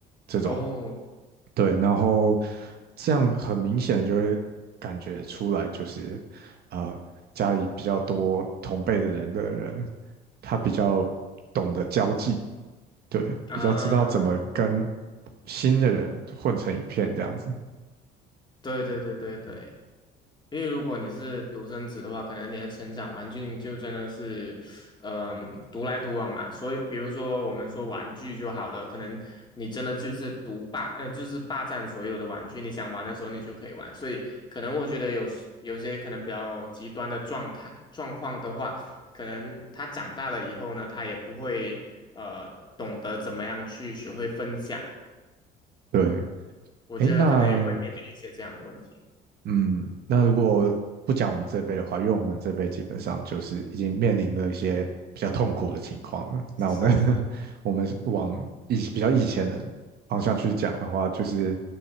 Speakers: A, on the right (about 55°); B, on the left (about 25°).
A: 这种
B: 哦
A: 对，然后这样很明显的就会感觉出来，就是呃，家里比较多同辈的人的人，他比较懂得交际，对，
B: 啊，
A: 比较知道怎么跟新的人混成一片这样子。
B: 对对对对对，因为如果你是独生子的话，可能你的成长环境就真的是，嗯、独来独往嘛。所以，比如说我们说玩具就好了，可能你真的就是独霸，呃，就是霸占所有的玩具，你想玩的时候你就可以玩。所以，可能我觉得有时有些可能比较极端的状态状况的话，可能他长大了以后呢，他也不会呃懂得怎么样去学会分享。
A: 对，
B: 我觉得可能也会面临一些这样的问题。
A: 诶，那嗯，那如果不讲我们这辈的话，因为我们这辈基本上就是已经面临了一些比较痛苦的情况了。那我们
B: 是是，
A: <laughs> 我们往以比较以前的方向去讲的话，
B: 嗯
A: 就是，